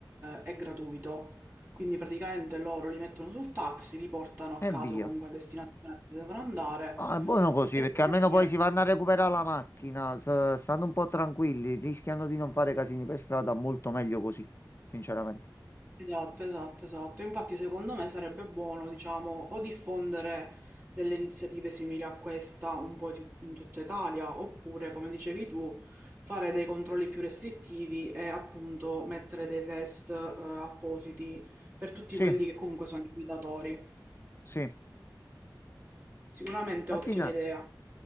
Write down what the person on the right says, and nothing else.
eh, è gratuito. Quindi praticamente loro li mettono sul taxi, li portano a casa
o comunque a destinazione dove devono andare
Estetica.
Esatto, esatto, esatto. Infatti, secondo me sarebbe buono, diciamo, o diffondere delle iniziative simili a questa un po' di- in tutta Italia, oppure, come dicevi tu, fare dei controlli più restrittivi e appunto mettere dei test, eh, appositi per tutti
quelli che comunque sono i guidatori.
Sicuramente
ottima idea.